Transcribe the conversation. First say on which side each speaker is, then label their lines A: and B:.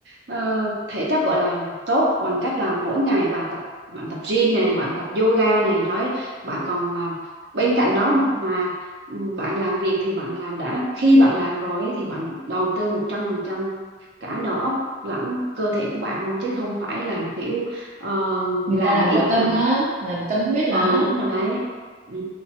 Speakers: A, on the right; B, on the right.
A: ờ, thể chất gọi là tốt bằng cách là mỗi ngày bà tập bạn tập gym này bạn tập yoga này đấy bạn còn à, bên cạnh đó mà ừ, bạn làm việc thì bạn làm đã khi bạn làm rồi ấy, thì bạn đầu tư một trăm phần trăm cả đầu óc lẫn cơ thể của bạn luôn chứ không phải làm kiểu ờ,
B: người
A: làm
B: ta làm
A: ít
B: có tâm
A: mà
B: lắm làm tâm huyết lắm
A: ừ đúng rồi đấy ừ,